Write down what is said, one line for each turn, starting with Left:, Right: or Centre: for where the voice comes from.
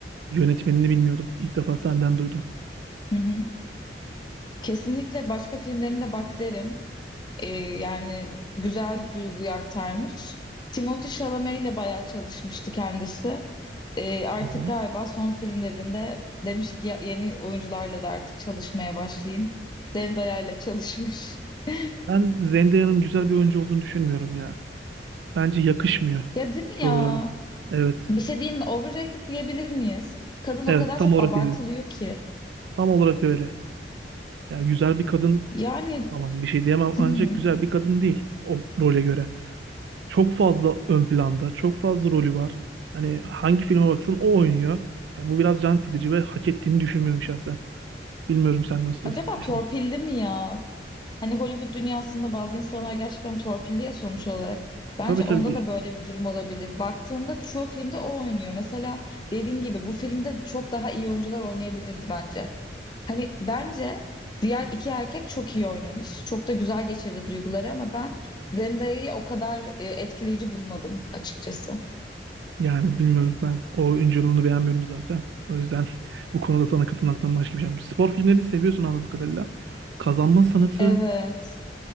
Right: yönetmenini bilmiyordum. İlk defa senden duydum.
Left: Hı hı. Kesinlikle başka filmlerine de bak derim. Ee, yani güzel duyguyu aktarmış. Timothée Chalamet ile bayağı çalışmıştı kendisi. Ee, artık
Right: Hı hı.
Left: galiba son filmlerinde demiş ki "Ya- yeni oyuncularla da artık çalışmaya başlayayım. Zendaya ile çalışmış. <laughs>
Right: Ben Zendaya'nın güzel bir oyuncu olduğunu düşünmüyorum ya. Bence yakışmıyor
Left: Ya değil mi
Right: çoğu
Left: ya?
Right: role. Evet.
Left: Bir şey diyeyim mi? Overrated diyebilir miyiz? Kadın o
Right: Evet,
Left: kadar
Right: tam
Left: çok
Right: olarak
Left: abartılıyor
Right: öyleyiz.
Left: ki.
Right: Tam olarak öyle. Yani güzel bir kadın
Left: Yani
Right: tamam bir şey diyemem ancak
Left: hmm,
Right: güzel bir kadın değil o role göre. çok fazla ön planda, çok fazla rolü var. Hani hangi filme baksan o oynuyor. Ya bu biraz can sıkıcı ve hak ettiğini düşünmüyorum şahsen. Bilmiyorum sen nasıl
Left: acaba
Right: düşünüyorsun.
Left: torpilli mi ya? Hani Hollywood dünyasında bazı insanlar gerçekten torpilli ya sonuç olarak. Bence
Right: Tabii tabii.
Left: onda da böyle bir durum olabilir. Baktığında çoğu filmde o oynuyor. Mesela dediğin gibi bu filmde çok daha iyi oyuncular oynayabilirdi bence. Hani bence diğer iki erkek çok iyi oynamış. Çok da güzel geçirdi duyguları ama ben Zendaya'yı o kadar e, etkileyici bulmadım açıkçası.
Right: Yani bilmiyorum ben o oyunculuğunu beğenmiyorum zaten. O yüzden <laughs> bu konuda sana katılmaktan başka bir şey yok. Spor filmlerini seviyorsun anladığım kadarıyla. Kazanma Sanatı
Left: Evet.